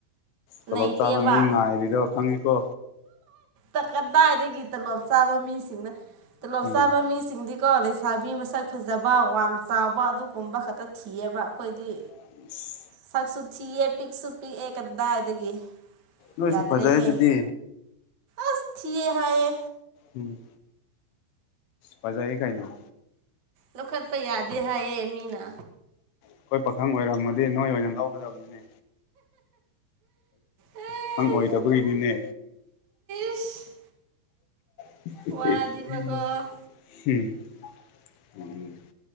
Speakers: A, on the left (about 75°); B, on the right (about 35°).
A: ꯇꯣꯂꯣꯞ
B: ꯂꯩꯇꯦꯕ
A: ꯆꯥꯕ ꯃꯤ ꯉꯥꯏꯔꯤꯗꯣ ꯈꯪꯉꯤꯀꯣ
B: ꯇꯛꯀꯗꯥꯏꯗꯒꯤ ꯇꯂꯣꯞ ꯆꯥꯕ ꯃꯤꯁꯤꯡꯅ ꯇꯂꯣꯞ
A: ꯎꯝ
B: ꯆꯥꯕ ꯃꯤꯁꯤꯡꯗꯤ ꯀꯣ ꯂꯩꯁꯥꯕꯤ ꯃꯁꯛ ꯐꯖꯕ ꯋꯥꯡ ꯆꯥꯎꯕ ꯑꯗꯨꯒꯨꯝꯕ ꯈꯛꯇ ꯊꯤꯑꯕ ꯑꯩꯈꯣꯏꯗꯤ
A: ꯎ <inaudible>
B: ꯁꯛꯁꯨ ꯊꯤꯑ ꯄꯤꯛꯁꯨ ꯄꯤꯛꯑꯦ ꯀꯗꯥꯏꯗꯒꯤ
A: ꯅꯣꯏꯁꯨ
B: ꯌꯥꯗ꯭ꯔꯦꯍꯦ
A: ꯐꯖꯔꯦ ꯑꯗꯨꯗꯤ
B: ꯑꯁ ꯊꯤꯌꯦ ꯍꯥꯏꯌꯦ
A: ꯎꯝ ꯄꯥꯖꯑꯦ ꯀꯥꯏꯅ‌ꯣ
B: ꯂꯧꯈꯠꯄ ꯌꯥꯗꯦ ꯍꯥꯏꯌꯦ ꯃꯤꯅ
A: ꯑꯩꯈꯣꯏ ꯄꯥꯈꯪ ꯑꯣꯏꯔꯝꯃꯗꯤ ꯅꯣꯏ ꯑꯣꯏꯅ ꯂꯧꯒꯗꯕꯅꯤꯅꯦ
B: ꯑꯦ
A: ꯄꯈꯨꯡ ꯑꯣꯏꯗꯕꯒꯤꯅꯤꯅꯦ
B: ꯏꯁ
A: <unintelligible>
B: ꯋꯥꯗꯤꯕꯀꯣ